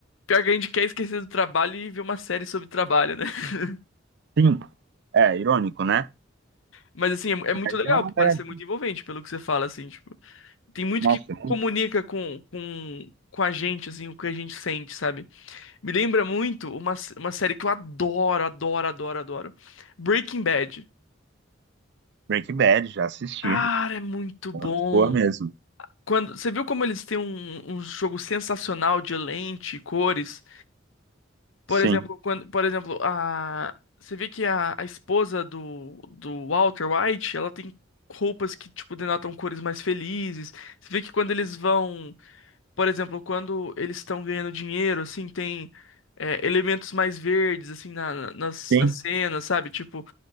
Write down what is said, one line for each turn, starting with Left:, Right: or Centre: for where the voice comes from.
Left: Pior que a gente quer esquecer do trabalho e ver uma série sobre trabalho, né? <laughs>
Right: sim, é irônico, né?
Left: Mas assim, é, é muito
Right: Mas
Left: legal,
Right: é uma
Left: parece
Right: leve.
Left: ser muito envolvente pelo que você fala, assim, tipo, tem muito
Right: Nossa,
Left: que
Right: é um
Left: comunica com, com, com a gente, assim, o que a gente sente, sabe? Me lembra muito uma, s- uma série que eu adoro, adoro, adoro, adoro. Breaking Bad.
Right: Breaking Bad, já assisti.
Left: Cara, é muito bom.
Right: Muito boa mesmo.
Left: Quando, você viu como eles têm um, um jogo sensacional de lente, cores? Por
Right: Sim.
Left: exemplo, quando, por exemplo, a você vê que a, a esposa do, do Walter White, ela tem roupas que tipo denotam cores mais felizes. Você vê que quando eles vão, por exemplo, quando eles estão ganhando dinheiro, assim, tem é, elementos mais verdes assim na, na- nas,
Right: Sim.
Left: nas cenas, sabe? Tipo,